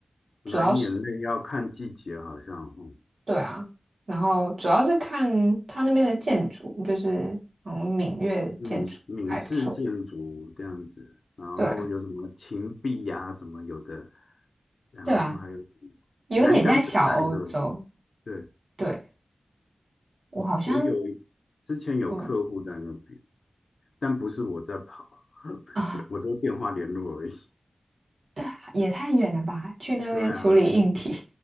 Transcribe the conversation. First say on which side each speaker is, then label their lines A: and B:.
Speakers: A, on the left (about 85°); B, on the right (about 90°).
A: 蓝眼泪要看季节，
B: 主要是
A: 好像，嗯，
B: 对啊，然后主要是看他那边的建筑，就是嗯像闽粤的建筑还不错，
A: 闽式闽式建筑这样子，然后有什么芹壁呀、
B: 对
A: 什么有的，然后还有什么南竿、
B: 对啊，有点像小欧洲，
A: 北竿你都有去。对，
B: 对我好像
A: 我有之前有客户在那边。
B: 嗯
A: 但不是我在跑，<laughs>
B: 啊，
A: 我都电话联络而已。
B: 对啊也太远了吧，去那边处理硬体，
A: 对啊，